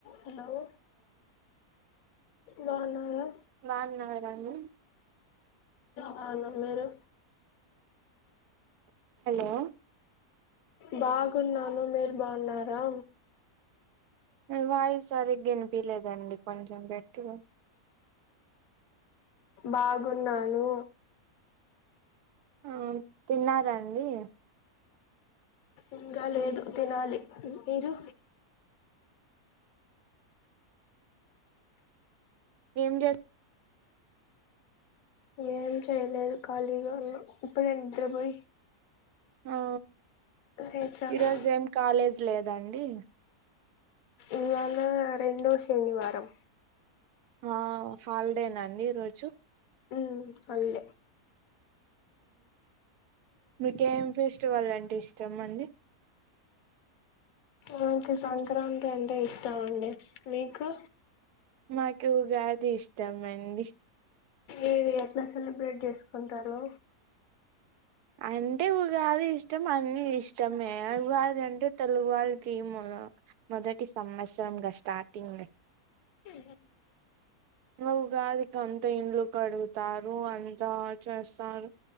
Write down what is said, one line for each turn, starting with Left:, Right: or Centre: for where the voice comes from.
Left: hello బాగున్నారా
Right: బగున్నారండి
Left: బాగున్నామ్ మీరు
Right: హలో
Left: బాగున్నాను మీరు బాగున్నారా
Right: వాయిస్ సరిగ వినిపిలేదండి కొంచెం గెట్టిగా
Left: బాగున్నాను
Right: ఆ తిన్నారా అండి
Left: ఇంకా లేదు తినాలి మీరు
Right: ఏం చేస్తా
Left: ఏం చెయ్యలేదు కాలిగా ఉన్న ఇప్పుడే నిద్రపోయి
Right: ఆ
Left: లేచాను
Right: ఈరోజు ఏం కాలేజ్ లేదా దండి
Left: ఇవాళ రెండో శనివారం
Right: ఆ హాలిడేనా అండి ఈ రోజు
Left: ఆ హాలిడే
Right: మీకేం ఫెస్టివల్ అంటే ఇష్టం అండి
Left: నాకు సంక్రాంతి అంటే ఇష్టం అండి మీకు
Right: నాకు ఉగాది ఇష్టం అండి
Left: ఏవి ఎట్లా సెలబ్రేట్ చేసుకుంటారు
Right: అంటే ఉగాది ఇష్ట ష్టం అన్ని ఇష్టం మే ఉగాది అంటే తెలుగు వాళ్ళకి మ మొదటి సంవత్సరంగా స్టార్టింగ్
Left: ఆ
Right: నువ్వుగాదికి అంత ఇండ్లు కడుగుతారు అంత చేస్తారు